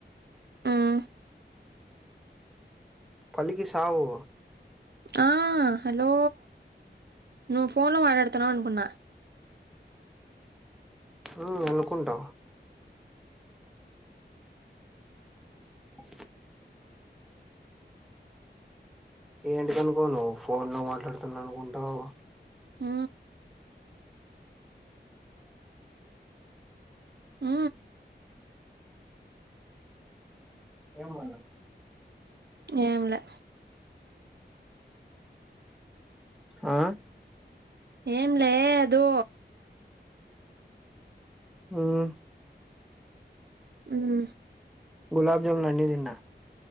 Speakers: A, on the right; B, in the centre.
A: మ్మ్,
B: పలికి సావు
A: ఆ హలో నువ్ ఫోన్ లో మాటాడుతునావ్ అనుకున్నా
B: ఊ అనుకుంటా అ ఏంటిదనుకోవు నువ్వు ఫోన్ లో మాట్లాడుతున్నా అనుకుంటావు
A: ఊ ఊ
B: ఏమో
A: ఏంలా
B: ఆ
A: ఏం లేదు
B: ఉమ్
A: ఉమ్
B: గులాబ్జములు అన్ని తిన్న